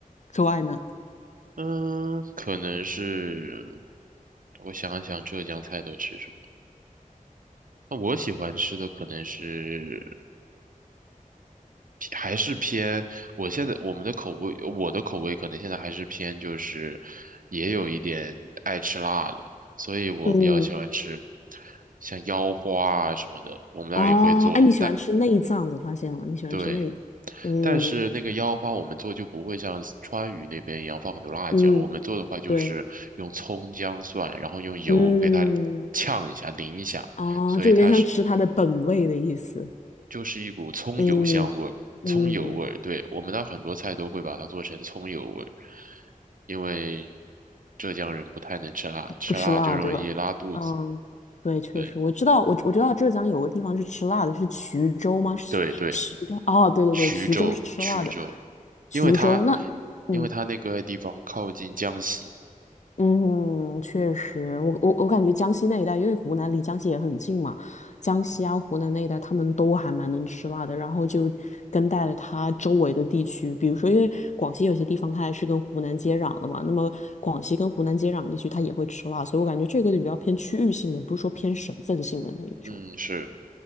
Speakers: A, on the left; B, on the right.
A: 之外呢？
B: 嗯，可能是我想一想，浙江菜都吃什么？那我喜欢吃的可能是偏还是偏，我现在我们的口味，我的口味可能现在还是偏就是，也有一点爱吃辣的，所以我比较喜欢吃
A: 嗯
B: 像腰花啊什么的，我们那儿也会做，
A: 哦，哎，你喜欢吃内脏，
B: 但
A: 我发现了，你喜欢吃内，
B: 对，
A: 嗯
B: 但是那个腰花我们做就不会像川渝那边一样放很多辣椒，
A: 嗯，
B: 我们做的话就是用葱姜蒜，
A: 对，
B: 然后用油给它呛一下淋一下，
A: 嗯。哦，
B: 所以它是。
A: 就有点像吃它的本味的意思。
B: 就是一股葱油香味儿，
A: 嗯嗯，
B: 葱油味儿。对，我们那很多菜都会把它做成葱油味儿，因为浙江人不太能吃辣，吃辣就容易拉肚子。
A: 不吃辣，对吧？嗯，对，确实，
B: 对
A: 我知道，我我知道浙江有个地方是吃辣的，是衢州吗？是徐州？
B: 对对，
A: 哦，对对对，
B: 衢州衢州，
A: 衢州是吃辣的。衢州那，
B: 因为它因为它那个地方靠近江西，
A: 嗯，嗯，确实，我我我感觉江西那一带，因为湖南离江西也很近嘛，江西啊、湖南那一带，他们都还蛮能吃辣的。然后就跟带了它周围的地区，比如说，因为广西有些地方它还是跟湖南接壤的嘛，那么广西跟湖南接壤的地区它也会吃辣，所以我感觉这个比较偏区域性的，不是说偏省份性的那一种。
B: 嗯，是。